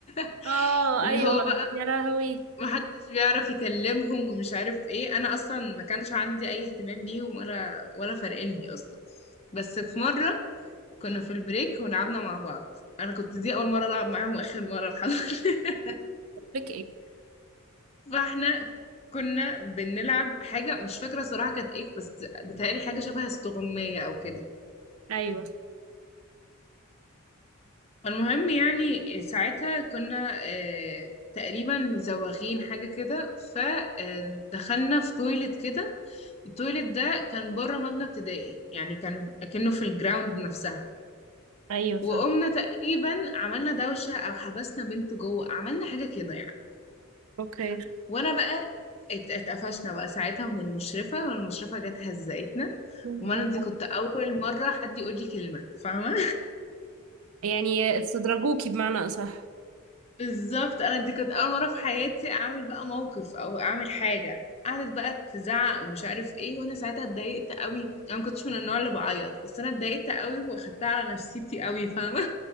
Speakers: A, on the left; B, on the right.
A: <laughs>
B: اه
A: اللي
B: ايوه
A: هو بقى
B: يا لهوي
A: محدش بيعرف يكلمهم ومش عارف ايه انا اصلا ما كانش عندي اي اهتمام بيهم ولا ولا فارقني اصلا بس في مره كنا في البريك ولعبنا مع بعض انا كنت دي اول مره العب معاهم واخر مره الحمد لله
B: بك ايه
A: <laughs> فاحنا كنا بنلعب حاجه مش فاكره صراحه كانت ايه بس بتهيألي حاجه شبه استغمايه او كده
B: ايوه
A: فالمهم يعني ساعتها كنا آه، تقريبا مزوغين حاجه كده فدخلنا في تويلت كده التويليت ده كان بره مبنى ابتدائي يعني كان اكنه في الجراوند نفسها
B: ايوه
A: وقمنا
B: فاهمة
A: تقريبا عملنا دوشة او حبسنا بنت جوه عملنا حاجة كده يعني
B: اوكي يا
A: وانا بقى ات- اتقفشنا بقى ساعتها من المشرفة والمشرفة جت هزقتنا
B: نهار
A: وانا دي كنت اول مرة حد يقول لي كلمة فاهمة
B: أبيض. يعني استدرجوكي بمعنى اصح
A: بالظبط انا دي كنت اول مره في حياتي اعمل بقى موقف او اعمل حاجه قعدت بقى تزعق ومش عارف ايه وانا ساعتها اتضايقت قوي انا ما كنتش من النوع اللي بعيط بس انا اتضايقت قوي واخدتها على نفسيتي قوي فاهمه